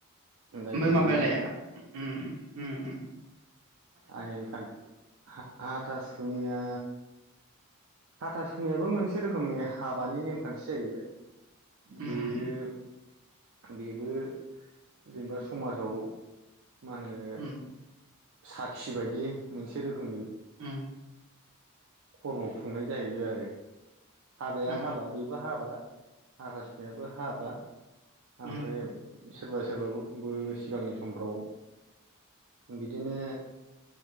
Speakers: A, on the right; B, on the right.
A: दा
B: ओमफाय
A: जेरै
B: माबायालाय?
A: नोङो
B: ओम ओम ओम
A: आयेनखान हा-हाथा सुनिया हाथा सुनियाबो मोनसे रोखोमनि हाबानि नेमखान्थि जाहैबाय
B: उम
A: बेयो
B: उम उम
A: बेबो जेनेबा समाजाव मा होनो
B: उम
A: साखि बायदि मोनसे रोखोमनि
B: ह
A: खरम खुंनाय जाहैबाय आरो हाबाया
B: उम
A: हाबा बेबो हाबा हागाजनायाबो हाबा ओमफ्राय
B: उम
A: सोरबा सोरेर बाबु ब सिगांनि समफ्राव बि बिदिनो